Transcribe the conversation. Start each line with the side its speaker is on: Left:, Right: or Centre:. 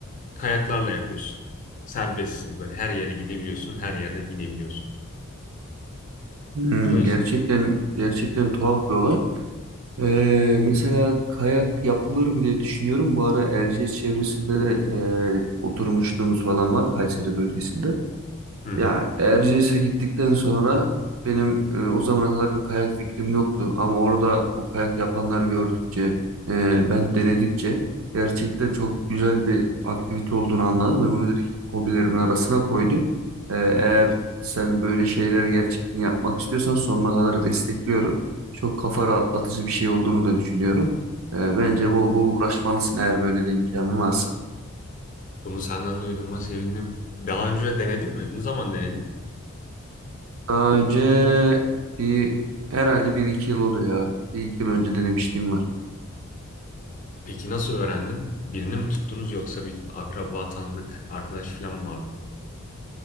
Left: kayaklarla yapıyorsun. Serbestsin böyle her yere gidebiliyorsun, her yerden inebiliyorsun.
Right: Hmm,
Left: Buna işte.
Right: gerçekten gerçekten tuhaf bir olay. Ee, mesela kayak yapılır mı diye düşünüyorum. Bu ara Erciyes çevresinde de e, oturmuşluğumuz falan var Kayseri bölgesinde.
Left: Hı hı.
Right: Ya Erciyes'e gittikten sonra benim e, o zamana kadar bir kayak fikrim yoktu. Ama orada bu kayak yapanları gördükçe, e, ben denedikçe gerçekten çok güzel bir aktivite olduğunu anladım ve bunu direkt hobilerimin arasına koydum. E, eğer sen böyle şeyleri gerçekten yapmak istiyorsan sonuna kadar destekliyorum. Çok kafa rahatlatıcı bir şey olduğunu da düşünüyorum. E, bence bol bol uğraşmalısın eğer böyle bir imkanın varsa.
Left: Bunu senden duyduğuma sevindim. Daha önce denedin mi? Ne zaman denedin?
Right: Daha önce bir herhalde bir iki yıl oluyor ya. Bir iki yıl önce denemişliğim var.
Left: Peki nasıl öğrendin? Birini mi tuttunuz yoksa bir akraba, tanıdık, arkadaş falan mı vardı?